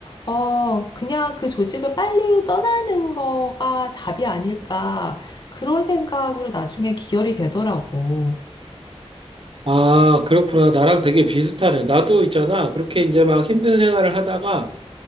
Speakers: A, on the left; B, on the right.
A: 어, 그냥 그 조직을 빨리 떠나는 거가 답이 아닐까. 그런 생각으로 나중에 기결이 되더라고.
B: 아, 그렇구나. 나랑 되게 비슷하네. 나도 있잖아. 그렇게 이제 막 힘든 생활을 하다가,